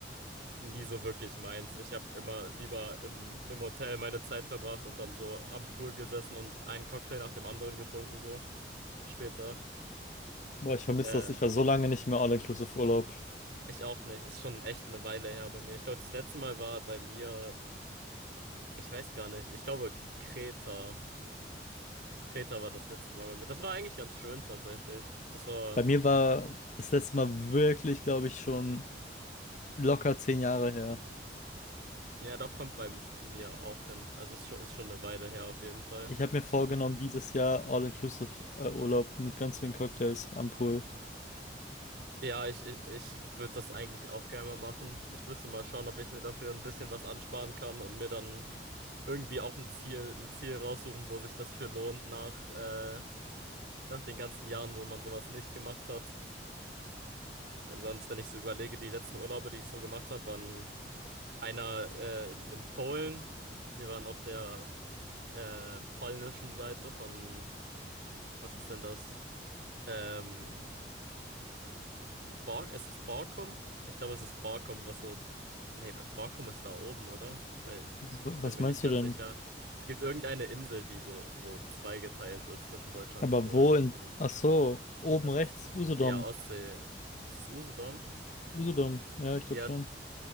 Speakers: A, on the right; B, on the left.
A: nie so wirklich meins. Ich habe immer lieber im, im Hotel meine Zeit verbracht und dann so am Pool gesessen und einen Cocktail nach dem anderen getrunken, so später.
B: Boah, ich vermisse
A: Äh,
B: das. Ich war so lange nicht mehr All-Inclusive-Urlaub.
A: ich auch nicht. Ist schon echt eine Weile her bei mir. Ich glaube, das letzte Mal war bei mir, ich weiß gar nicht, ich glaube Kreta. Kreta war das letzte Mal bei mir. Das war eigentlich ganz schön tatsächlich. Das war,
B: Bei mir war das letzte
A: das
B: Mal
A: war noch schön.
B: wirklich, glaube ich, schon locker zehn Jahre her.
A: Ja, doch kommt bei mir auch hin. Also es ist schon ist schon eine Weile her auf jeden Fall.
B: Ich habe mir vorgenommen, dieses Jahr All-Inclusive-Urlaub mit ganz vielen Cocktails am Pool.
A: Ja, ich, ich, ich würde das eigentlich auch gerne mal machen. Ich müsste mal schauen, ob ich mir dafür ein bisschen was ansparen kann und mir dann irgendwie auch ein Ziel, ein Ziel raussuchen, wo sich das für lohnt nach, äh, nach den ganzen Jahren, wo man sowas nicht gemacht hat. Weil Sonst, wenn ich so überlege, die letzten Urlaube, die ich so gemacht habe, waren einer äh, in, in Polen. Wir waren auf der äh, polnischen Seite von, was ist denn das? Ähm, Bar, ist es Barcom? Ich glaube, es ist Barcom, was so. Nee, Barcom ist da oben, oder? Weil ich
B: W-
A: bin
B: Was
A: mir
B: meinst
A: nicht ganz
B: du denn?
A: sicher. Es gibt irgendeine Insel, die so, so zweigeteilt ist zwischen Deutschland
B: Aber
A: und Polen.
B: wo in...
A: Wo du,
B: Ach so, oben
A: das
B: rechts,
A: ist,
B: Usedom.
A: ja, Ostsee. Ist es Usedom?
B: Usedom, ja, ich
A: Ja,
B: glaube schon.